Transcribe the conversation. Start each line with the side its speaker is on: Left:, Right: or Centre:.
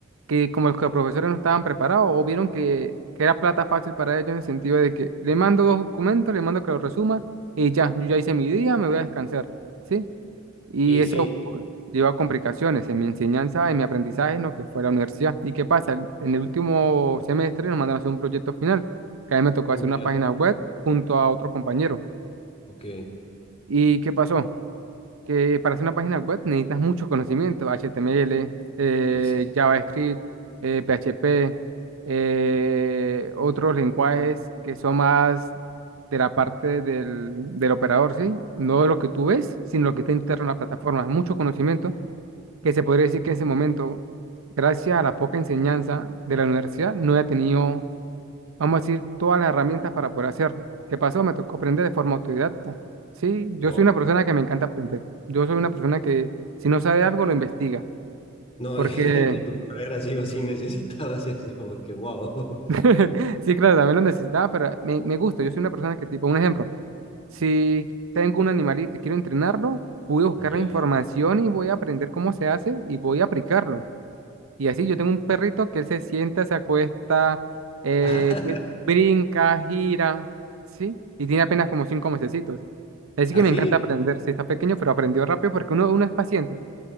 Right: Que como los que los profesores no estaban preparados o vieron que, que era plata fácil para ellos en el sentido de que le mando dos documentos, le mando que lo resuma y ya, yo ya hice mi día, me voy a descansar, ¿sí? Y
Left: Y
Right: eso
Left: sí,
Right: pues, llevó a complicaciones en mi enseñanza, en mi aprendizaje, en lo que fue la universidad. ¿Y qué pasa? En el último semestre nos mandaron a hacer un proyecto final, que a mí me tocó hacer una
Left: ya,
Right: página web junto a otro compañero.
Left: ok,
Right: ¿Y qué pasó? Que para hacer una página web necesitas muchos conocimientos, HTML, eh,
Left: y sí,
Right: JavaScript, eh, PHP, eh, otros lenguajes que son más de la parte del, del operador, ¿sí? No lo que tú ves, sino lo que está interno en la plataforma. Mucho conocimiento que se podría decir que en ese momento, gracias a la poca enseñanza de la universidad, no he tenido vamos a decir, todas las herramientas para poder hacerlo. ¿Qué pasó? Me tocó aprender de forma autodidacta. Sí, yo
Left: wow.
Right: soy una persona que me encanta aprender. Yo soy una persona que si no sabe algo, lo investiga.
Left: No,
Right: Porque,
Left: <laughs> eh, para tu carrera sí o sí necesitabas eso, porque wow. <laughs>
Right: <laughs> sí, claro, también lo necesitaba, pero me, me gusta. Yo soy una persona que, tipo, un ejemplo, si tengo un animalito y quiero entrenarlo, voy a buscar
Left: Ya.
Right: la información y voy a aprender cómo se hace y voy a aplicarlo. Y así yo tengo un perrito que él se sienta, se acuesta, eh,
Left: <laughs>
Right: br- brinca, gira, ¿sí? Y tiene apenas como cinco meses Así
Left: ¿Así?
Right: que me encanta aprender. si está pequeño, pero aprendió rápido porque uno, uno es paciente.